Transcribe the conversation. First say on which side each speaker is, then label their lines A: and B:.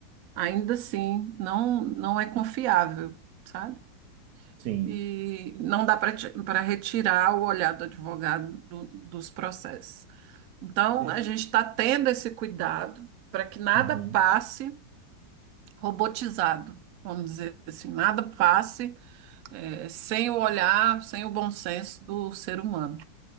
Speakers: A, on the right (about 80°); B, on the right (about 65°).
A: ainda assim não, não é confiável, sabe?
B: sim.
A: e não dá para retirar o olhar do advogado do- dos processos. Então,
B: É,
A: a gente está tendo esse cuidado para que nada
B: uhum,
A: passe robotizado, vamos dizer assim, nada passe eh, sem o olhar, sem o bom senso do ser humano.